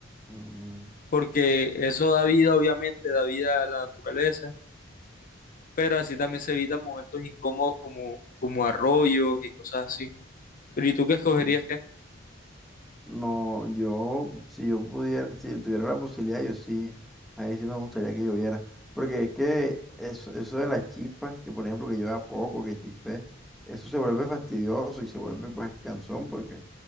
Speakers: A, in the centre; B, on the left (about 45°).
A: Mm,
B: Porque eso da vida, obviamente, da vida a la naturaleza, pero así también se evitan momentos incómodos como, como arroyos y cosas así. Pero ¿y tú qué escogerías
A: sí.
B: qué?
A: No, yo, si yo pudiera, si tuviera la posibilidad, yo sí, ahí sí me gustaría que lloviera. Porque es que eso, eso de las chispas, que por ejemplo que llueva poco, que chispe, eso se vuelve fastidioso y se vuelve pues cansón porque